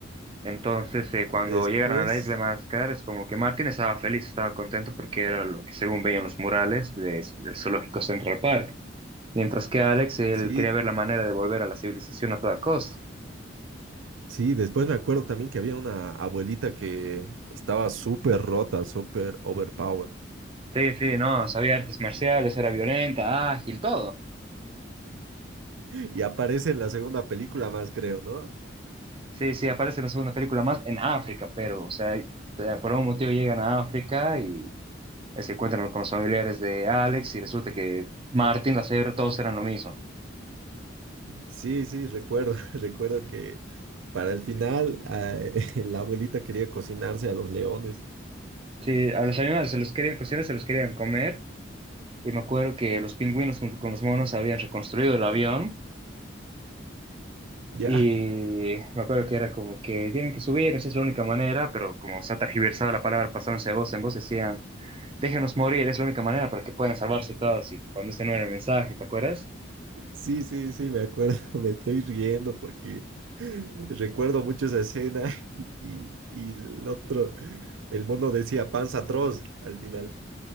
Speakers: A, on the right (about 30°); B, on the right (about 85°).
A: Entonces, eh, cuando
B: Después,
A: llegaron a la isla de Madagascar, es como que Martín estaba feliz, estaba contento porque era lo que según veían los murales de- del zoológico Central Park. Mientras que Alex, él
B: sí,
A: quería ver la manera de volver a la civilización a toda costa.
B: sí, después me acuerdo también que había una abuelita que estaba súper rota, súper overpowered. <laughs>
A: Sí, sí, no, sabía artes marciales, era violenta, ágil, todo.
B: Y aparece en la segunda película más, creo, ¿no?
A: Sí, sí, aparece en la segunda película más en África, pero, o sea, eh, por algún motivo llegan a África y eh, se encuentran con los familiares de Alex y resulta que Martín, la cebra, todos eran lo mismo.
B: Sí, sí, recuerdo, <laughs> recuerdo que para el final eh, <laughs> la abuelita quería cocinarse a los leones.
A: Sí, a los animales se los querían cocinar, se los querían comer. Y me acuerdo que los pingüinos junto con los monos habían reconstruido el avión.
B: Ya,
A: Y me acuerdo que era como que tienen que subir, esa es la única manera, pero como se ha tergiversado la palabra pasándose de voz en voz, decían, déjenos morir, es la única manera para que puedan salvarse todos. Y cuando ese no era el mensaje, ¿te acuerdas?
B: sí, sí, sí, me acuerdo, <laughs> me estoy riendo porque <laughs> recuerdo mucho esa escena <laughs> y, y el otro, el mono decía panza atroz al final.